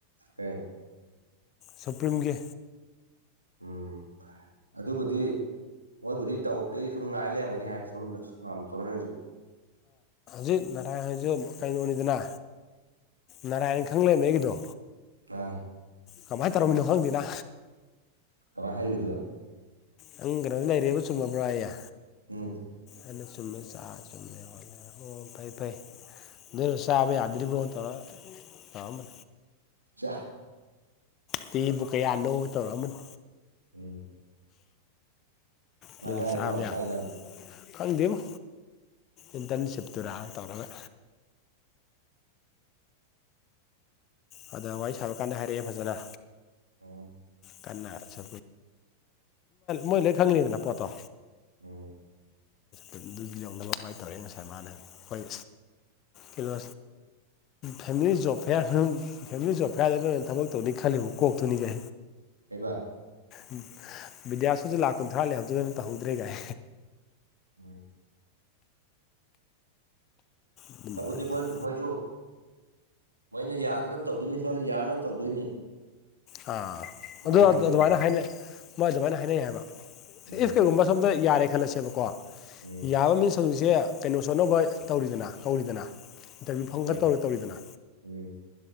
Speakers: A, on the right (about 85°); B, on the left (about 35°).
A: ꯀꯦ
B: ꯁꯨꯄ꯭ꯔꯤꯝꯒꯤ
A: ꯎꯝ ꯑꯗꯨꯕꯨꯗꯤ ꯃꯣꯏꯕꯨꯗꯤ ꯇꯧꯔꯛꯇꯦ ꯁꯨꯝ ꯉꯥꯏ ꯂꯩꯔꯝꯒꯅꯤ ꯍꯥꯏ ꯁꯣꯝꯗ ꯇꯣꯏꯁꯨ
B: ꯍꯧꯛ ꯅꯅꯥꯥꯏꯖꯤ ꯃꯈꯀꯗꯅ ꯅꯔꯥꯟ ꯈꯪꯝꯃꯦ ꯑꯩꯒꯤꯗꯣ
A: ꯑ
B: ꯀꯃꯥꯏꯅ ꯇꯧꯔꯝꯃꯤꯅꯣ ꯈꯪꯗꯦꯅ
A: ꯀ ꯍꯥꯏꯩꯗꯨꯗ
B: ꯅꯪ ꯀꯩꯅꯣꯗꯤ ꯂꯩꯔꯦꯕ ꯆꯨꯝꯃꯕ꯭ꯔꯣ ꯑꯩꯌꯦ
A: ꯎꯝ
B: ꯑꯅ ꯆꯨꯝꯃꯦ ꯆꯥꯛ ꯆꯨꯝꯃꯦ ꯈꯣꯠꯂꯦ ꯑꯣ ꯐꯩ ꯐꯩ ꯑꯗꯨꯁꯕ ꯌꯥꯗꯔꯤꯕ ꯇꯧꯔ ꯀꯅꯦ
A: ꯆꯥ
B: ꯄꯦꯕꯨ ꯀꯌꯥꯅꯧꯕ ꯇꯧꯔꯛꯑꯝꯕꯅꯣ
A: ꯎꯝ ꯉ
B: ꯑꯗꯨꯅ
A: ꯀꯥꯏꯔꯦ
B: ꯆꯥꯕ
A: ꯄꯥꯎ
B: ꯌꯥ
A: ꯇꯥꯏꯖꯅꯣ
B: ꯈꯪꯗꯦꯕꯣ ꯏꯟꯇꯔꯟꯁꯤꯞꯇꯨꯔꯥ ꯇꯧꯔꯒ ꯑꯗ ꯋꯥꯔꯤ ꯁꯥꯕ ꯀꯥꯟꯗ ꯍꯥꯏꯔꯛꯑꯦ ꯐꯖꯅ
A: ꯑꯣ
B: ꯀꯟꯅ ꯁ ꯃꯣꯏ ꯂꯣꯏ ꯈꯪꯅꯤꯗꯅ ꯄꯣꯠꯇꯣ
A: ꯎꯝ
B: ꯑꯗꯨ ꯌꯧꯅꯕ ꯥꯏ ꯇꯧꯔꯦ ꯉꯁꯥꯏ ꯃꯥꯅ ꯑꯩꯈꯣꯏ ꯀꯣ ꯐꯦꯃꯤꯂꯤ ꯣ ꯐꯦꯔ ꯐꯦꯃꯤꯂꯤ ꯖꯣ ꯐꯦꯌꯥꯔꯗ ꯊꯕꯛ ꯇꯧꯅꯤ ꯈꯜꯂꯤ ꯀꯣꯛꯇꯨꯅꯤꯒꯦ
A: ꯀꯕ
B: ꯎꯝ ꯕꯤꯗ꯭ꯌꯥꯁꯨꯁꯨ ꯂꯥꯛ ꯀꯨꯟꯊ꯭ꯔꯥ ꯂꯩꯍꯧꯗꯗꯅ ꯇꯧꯍꯧꯗ꯭ꯔꯦ ꯀꯥꯏ
A: ꯎꯝ
B: ꯑꯗꯨꯝꯕ
A: ꯇꯧꯕꯨꯗꯤ
B: ꯋꯥꯔꯤ ꯈꯔ
A: ꯃꯣꯏ ꯃꯣꯏꯁꯨ ꯃꯣꯏꯅ ꯌꯥꯗꯅꯕ ꯇꯧꯗꯣꯏꯅꯤ ꯁꯣꯝꯅ ꯌꯥꯅꯕ ꯇꯧꯗꯣꯏꯅꯤ
B: ꯑꯥ
A: ꯑꯗꯨꯃꯥꯏꯅ
B: ꯑꯗꯨ
A: ꯍꯥꯏꯔꯛꯑꯦꯕ
B: ꯑꯗꯨꯃꯥꯏꯅ ꯍꯥꯏꯅꯩ ꯃꯣꯏ ꯑꯗꯨꯃꯥꯏꯅ ꯍꯥꯏꯅꯩ ꯍꯥꯏꯕ
A: ꯎꯝ
B: ꯏꯐ ꯀꯩꯒꯨꯝꯕ ꯁꯣꯝꯗ ꯌꯥꯔꯦ ꯈꯜꯂꯁꯦꯕꯀꯣ
A: ꯎꯝ
B: ꯌꯥꯕ ꯃꯤꯟꯁ ꯍꯧꯖꯤꯛꯁꯦ ꯀꯩꯅꯣ ꯁꯣꯅꯕ ꯇꯧꯔꯤꯗꯅ ꯀꯧꯔꯤꯗꯅ ꯏꯟꯇꯔꯚꯤꯌꯨ ꯐꯪꯒ
A: ꯀꯩ
B: ꯇꯧꯔꯤ ꯇꯧꯔꯤꯗꯅ
A: ꯎꯝ